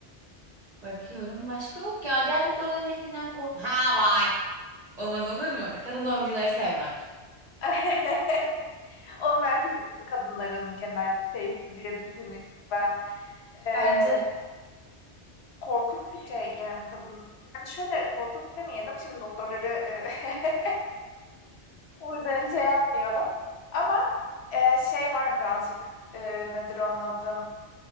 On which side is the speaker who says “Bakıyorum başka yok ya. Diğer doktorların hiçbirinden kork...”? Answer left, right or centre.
Right